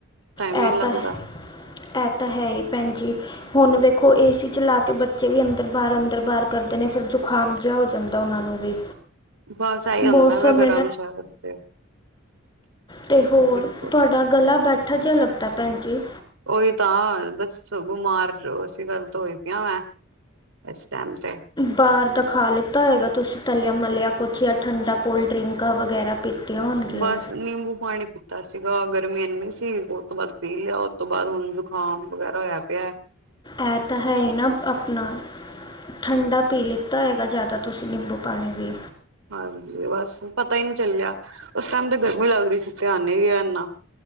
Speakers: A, on the right (about 85°); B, on the left (about 20°).
A: ਟਾਈਮ
B: ਐਤਾਂ-ਐਤਾਂ
A: ਹੀ ਨੀ ਲੱਗਦਾ
B: ਹੈ ਈ ਭੈਣ ਜੀ। ਹੁਣ ਵੇਖੋ ਏਸੀ ਚਲਾ ਕੇ ਬੱਚੇ ਵੀ ਅੰਦਰ-ਬਾਰ, ਅੰਦਰ-ਬਾਰ ਕਰਦੇ ਨੇ ਫਿਰ ਜੁਖਾਮ ਜਿਆ ਹੋ ਜਾਂਦਾ ਓਨਾਂ ਨੂੰ ਵੀ।
A: ਬਸ ਆਈ
B: ਮੌਸਮ
A: ਹੁੰਦਾ ਫੇਰ ਗਰਮ-ਸਰਦ ਤੇ।
B: ਤੇ ਹੋਰ
A: ਬਿਲਕੁਲ
B: ਤੁਹਾਡਾ ਗਲਾ ਬੈਠਾ ਜਿਆ ਲੱਗਦਾ ਭੈਣ ਜੀ।
A: ਓਈ ਤਾਂ ਬਸ ਬਿਮਾਰ ਇਸੀ ਗੱਲ ਤੋਂ ਹੋਈ ਪਈ ਐ ਮੈਂ। ਇਸ ਟੈਮ ਤੇ।
B: ਬਾਰ ਦਾ ਖਾ ਲਿੱਤਾ ਹੋਏਗਾ ਤੁਸੀਂ ਤਲਿਆ-ਮਲਿਆ ਕੁੱਛ, ਜਾਂ ਠੰਡਾ ਕੋਲਡ ਡਰਿੰਕ ਵਗੈਰਾ ਪੀ ਪਿਆ ਹੋਣਗੀਆ।
A: ਬਸ ਨਿੰਬੂ ਪਾਣੀ ਪੀਤਾ ਸੀਗਾ ਗਰਮੀ ਐੰਨੀ ਸੀ ਓ ਤੋਂ ਬਾਦ ਪੀ ਲਿਆ। ਉਤੋਂ ਬਾਦ ਹੁਣ ਜੁਕਾਮ ਵਗੈਰਾ ਹੋਇਆ ਪਿਐ।
B: ਐਤਾਂ ਹੈਈ ਨਾ ਆਪਣਾ। ਠੰਡਾ ਪੀ ਲਿੱਤਾ ਹੋਏਗਾ ਜਾਦਾ, ਤੁਸੀਂ ਨਿੰਬੂ ਪਾਣੀ ਵੀ।
A: ਹਾਂਜੀ, ਬਸ ਪਤਾ ਈ ਨੀ ਚੱਲਿਆ ਉਸ ਟਾਈਮ ਤੇ ਗਰਮੀ ਲੱਗ ਰੀ ਸੀ ਧਿਆਨ ਨੀ ਰਿਆ ਏਨਾ।